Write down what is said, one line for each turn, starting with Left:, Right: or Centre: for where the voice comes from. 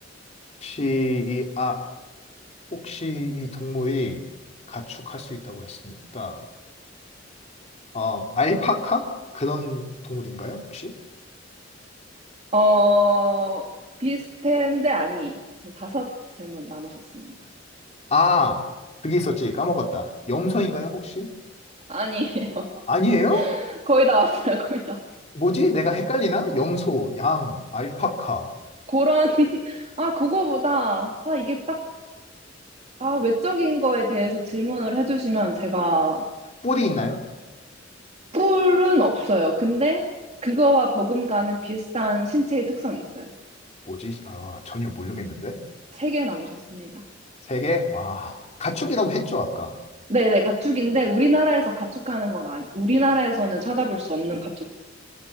Left: 혹시 이, 아, 혹시 이 동물이 가축할 수 있다고 했으니까, 어, 알파카? 그런 동물인가요, 혹시?
Right: 어, 비슷한데 아니에요. 지금 다섯 질문 남으셨습니다.
Left: 아, 그게 있었지. 까먹었다. 염소인가요, 혹시?
Right: 아니에요.
Left: 아니에요?
Right: <laughs> 거의 다 왔어요, 거의 다.
Left: 뭐지? 내가 헷갈리나? 염소, 양, 알파카.
Right: 그런, <laughs> 아, 그거보다, 아, 이게 딱, 아, 외적인 거에 대해서 질문을 해주시면 제가
Left: 뿔이 있나요?
Right: 뿔은 없어요. 근데 그거와 버금가는 비슷한 신체의 특성이 있어요.
Left: 뭐지? 아, 전혀 모르겠는데.
Right: 세 개 남으셨습니다.
Left: 세 개? 와, 가축이라고 했죠, 아까.
Right: 네네, 가축인데 우리나라에서 가축하는 건 아니, 우리나라에서는 찾아볼 수 없는 가축.